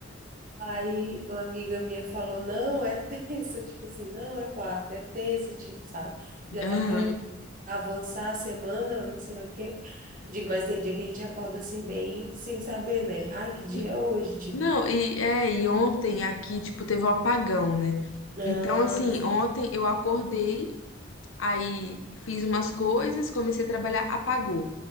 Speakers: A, on the right; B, on the left.
A: Aí uma amiga minha falou, não, é terça, <laughs> tipo assim, não é quarta, é terça, tipo, sabe? Já
B: aham.
A: tá querendo avançar a semana, não sei o quê. Digo, mas tem dia que a gente acorda assim bem sem saber, né? Ai, que dia
B: N-
A: é hoje? Tipo,
B: Não, e é, e ontem aqui, tipo, teve um apagão, né?
A: ah,
B: Então, assim, ontem eu acordei, aí fiz umas coisas, comecei a trabalhar, apagou.